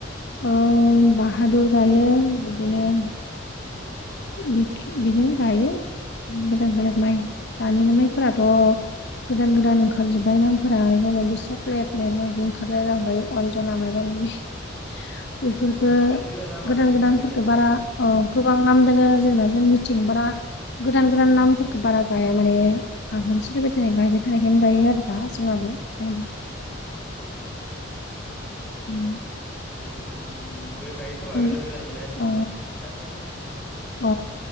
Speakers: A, on the left (about 60°); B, in the centre.
A: ओ बाहादुर
B: उम
A: गायो
B: उम
A: बिदिनो बिखि बिदिनो गायो बेलेग बेलेग माइ।
B: उम
A: दानि नि माइफोराथ' गोदान गोदान ओंखार जोब्बाय नामफोरा मायबा मायबि बे चक्लेट मायाबा मायबि ओंखारलायलांबाय अनजना मायबा मायबि बिफोरफोरखो
B: उम गोबां दोङो नामालाय
A: गोदान
B: दोंनाया
A: गोदानफोरखो
B: दोङो ओमफ्राय
A: बारा औ गोबां नाम दोंङो जेनेबा जोंनिथिंब्रा
B: उम
A: गोदान गोदान नामफोरखौ बारा गाया माने आगोन सोरिबाय थानाय गायबाय
B: उम
A: थानाय हेन गायो आरो दा जोंङाबो जेनेब
B: उम
A: उम
B: जेनिखिनबो गायो खोमा
A: उम
B: गोदान गोदान माने
A: अ
B: मिथिया आरो बारा
A: अ